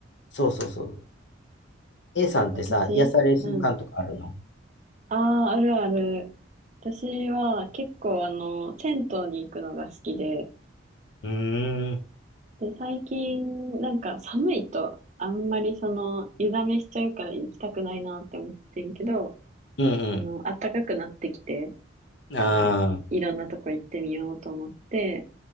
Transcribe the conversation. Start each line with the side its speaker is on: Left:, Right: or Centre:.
Left: そうそうそう。A さんってさ、
Right: 私うん。
Left: 癒される瞬間とかあるの
Right: ああ、あるある。私は結構あの、銭湯に行くのが好きで、
Left: うーん、
Right: で、最近なんか寒いとあんまりその、湯冷めしちゃうから行きたくないなって思ってんけど、
Left: うん
Right: あの、暖かくなってきて、
Left: うん。あ
Right: あの、いろんなとこ行ってみようと思って、